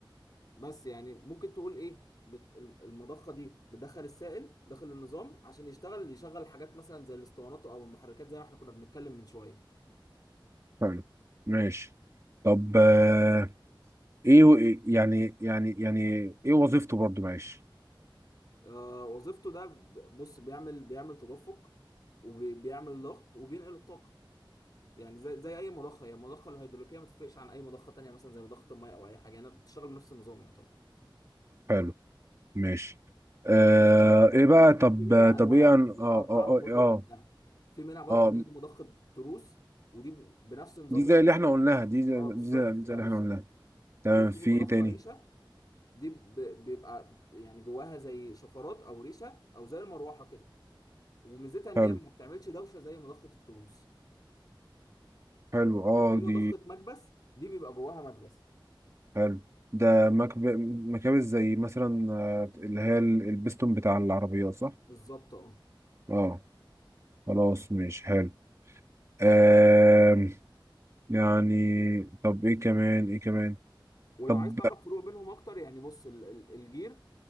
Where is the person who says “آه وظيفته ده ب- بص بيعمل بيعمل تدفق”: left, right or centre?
Left